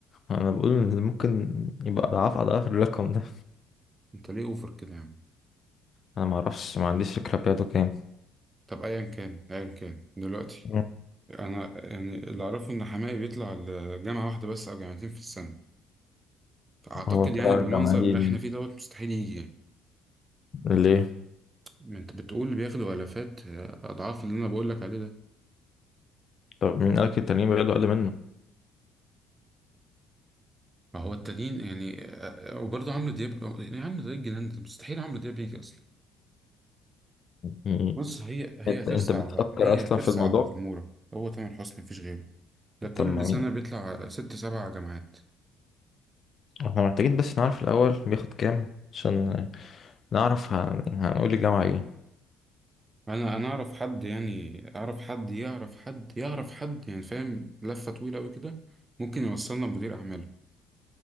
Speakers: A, on the left (about 45°); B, on the right (about 25°).
A: ما انا بقول إن ممكن يبقى اضعاف اضعاف الرقم ده
B: أنت ليه أوفر كده يا عم؟
A: انا ما اعرفش ما عنديش فكرة بياخدوا كام
B: طب أيا كان أيا كان دلوقتي
A: مم.
B: انا يعني اللي اعرفه ان حماقي بيطلع لجامعه واحده بس او جامعتين في السنه فاعتقد
A: هو طلع
B: يعني بالمنظر
A: جمعي
B: اللي
A: ليه
B: احنا فيه دوت مستحيل يجي يعني
A: ليه؟
B: ما انت بتقول اللي بياخدوا الافات آه، اضعاف اللي انا بقول لك عليه ده
A: طب مين قالك التانيين بياخدوا اقل منه؟
B: ما هو التانيين يعني آه، آه، وبرضه عمرو دياب آه، يعني عمرو دياب الجنان ده مستحيل عمرو دياب يجي اصلا
A: يعني
B: بص هي هي
A: انت
B: هترسى
A: انت بتفكر
B: على هي
A: اصلا
B: هترسى
A: في الموضوع؟
B: على تموره هو تامر حسني مفيش غيره ده كل
A: طب ما مين
B: سنه بيطلع ست سبع جامعات
A: احنا محتاجين بس نعرف الاول بياخد كام عشان نعرف هن- هنقول الجامعة ايه
B: انا انا اعرف حد يعني اعرف حد يعرف حد يعرف حد يعني فاهم لفه طويله قوي كده ممكن يوصلنا لمدير اعماله